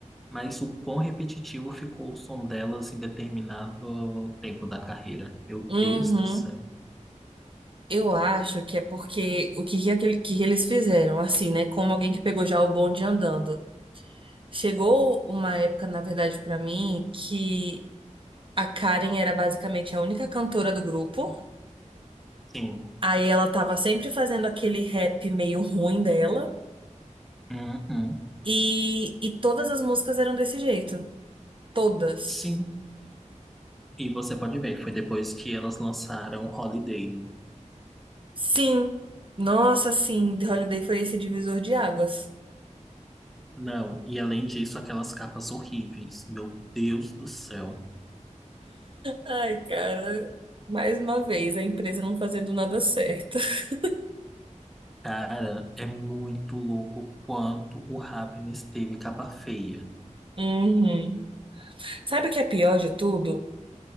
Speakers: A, in the centre; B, on the right.
A: mas o quão repetitivo ficou o som delas em determinado tempo da carreira. Meu
B: uhum.
A: Deus do céu.
B: Eu acho que é porque o que, que, aquele- que que eles fizeram, assim, né? Como alguém que pegou já o bonde andando. Chegou uma época, na verdade, pra mim, que a Karen era basicamente a única cantora do grupo.
A: Sim.
B: Aí ela tava sempre fazendo aquele rap meio ruim dela.
A: Uhum.
B: E, e todas as músicas eram desse jeito. Todas.
A: Sim, e você pode ver, foi depois que elas lançaram Holiday, né?
B: Sim. Nossa, sim, The Holiday foi esse divisor de águas.
A: Não, e além disso, aquelas capas horríveis. Meu Deus do céu.
B: Ai, cara, mais uma vez, a empresa não fazendo nada certo. <laughs>
A: Cara, é muito louco quanto o Happiness teve capa feia.
B: Uhum. Sabe o que é pior de tudo?